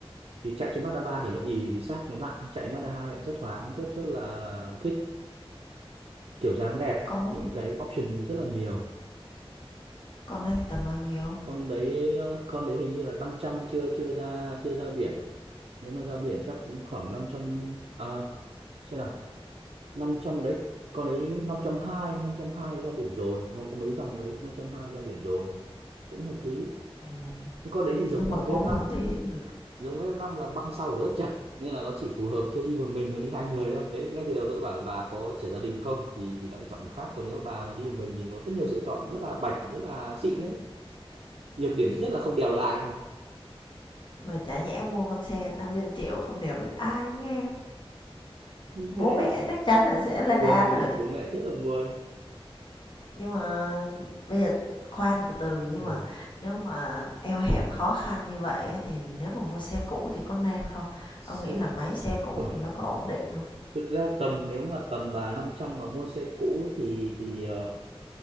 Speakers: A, on the right (about 75°); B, on the left (about 50°).
A: thì chạy trên Mazda ba thì nó ì vì xác nó nặng chạy Mazda hai lại rất thoáng rất rất là, là thích kiểu dáng đẹp
B: con đấy
A: những
B: thì
A: cái option rất là nhiều
B: con đấy thì tầm bao nhiêu?
A: con đấy ờ, con đấy hình như là năm trăm chưa chưa ra chưa ra biển nếu mà ra biển chắc cũng khoảng năm trăm à, xem nào 500 đấy con đấy năm năm trăm hai năm trăm hai ra biển rồi nó có mấy dòng đấy năm trăm hai ra biển rồi cũng hợp lý
B: Ừ.
A: nhưng con đấy thì giống
B: Nếu mà
A: thằng vf
B: cố
A: năm
B: thêm tí thì Cũng được.
A: giống vf năm là băng sau của nó rất chặt nên là nó chỉ phù hợp chưa đi một mình mà đi hai người thôi đấy ngay từ đầu tôi bảo là bà có trẻ gia đình không thì thì lại chọn một khác còn nếu bà mà đi một mình thì có rất nhiều sự chọn rất là bảnh rất là xịn đấy nhược điểm duy nhất là không đèo được ai thôi
B: Mà chả nhẽ mua con xe 500 triệu không đều được ai nghe.
A: như
B: Bố
A: thế
B: mẹ chắc chắn là sẽ lên
A: buồn
B: án
A: nữa
B: rồi.
A: bố mẹ rất là buồn
B: Nhưng mà bây giờ khoan từ từ nhưng
A: ừ.
B: mà nếu mà eo hẹp khó khăn như vậy ấy, thì nếu mà mua xe cũ thì có nên không? Ông
A: xe
B: nghĩ là máy xe cũ
A: cũ à?
B: thì nó có ổn định không?
A: thực ra tầm nếu mà tầm bà 500 mà mua xe cũ thì thì ờ,